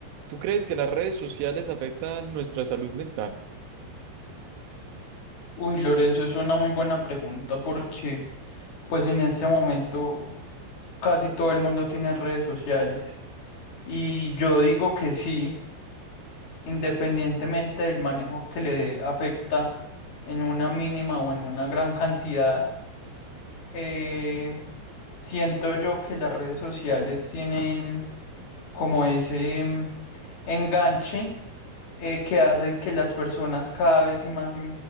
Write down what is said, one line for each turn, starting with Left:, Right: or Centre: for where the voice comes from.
Right: ¿tú crees que las redes sociales afectan nuestra salud mental?
Left: Uy, Lorenzo, es una muy buena pregunta porque pues en este momento casi todo el mundo tiene redes sociales. Y yo digo que sí, independientemente del manejo que le dé, afecta en una mínima o en una gran cantidad. eh, siento yo que las redes sociales tienen como ese mm, enganche eh, que hace que las personas cada vez y más y,